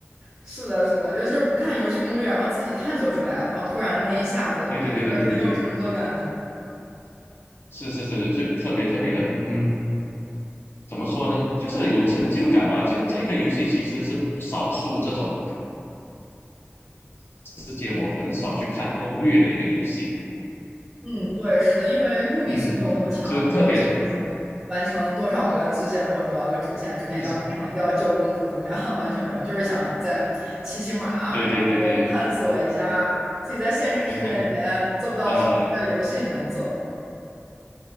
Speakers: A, on the right (about 15°); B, on the left (about 55°).
A: 是的，是的，尤其是不看游戏攻略，然后自己探索出来，然后突然那一下子还是很有成就感的。
B: 对对对对对对对，是是是，就特别特别的，嗯，怎么说呢？就是有成就感吧。就是这个游戏其实是少数这种。世界，我很少去看攻略的一个游戏，
A: 嗯，对，是的，因为目的性没有那么强，
B: 嗯，就特别
A: 我没有想着说完成多少个支线或者多少个主线，主线一定要完成，
B: 就是
A: 一定要救公主怎么样，<laughs> 完全没有，就是想再骑骑马，
B: 对对对对，
A: 然后探索一下自己在现实世界里面做不到的事情，
B: 嗯哼，呃
A: 在游戏里面做。